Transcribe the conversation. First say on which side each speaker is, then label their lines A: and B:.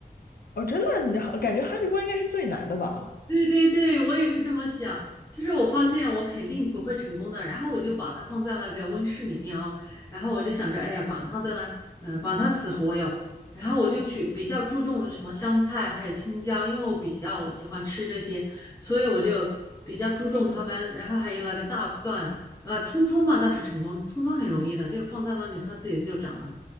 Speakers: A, on the left; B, on the left.
A: 哦，真的，你好，感觉哈密瓜应该是最难的吧？
B: 对对对，我也是这么想。就是我发现我肯定不会成功的，然后我就把它放在那个温室里面哦，然后我就想着，哎呀，管它的呢，嗯，管它死活哟。然后我就去比较注重什么香菜还有青椒，因为我比较喜欢吃这些，所以我就比较注重它们。然后还有那个大蒜，呃，葱葱嘛倒是成功，葱葱很容易的，就放在那里它自己就长了。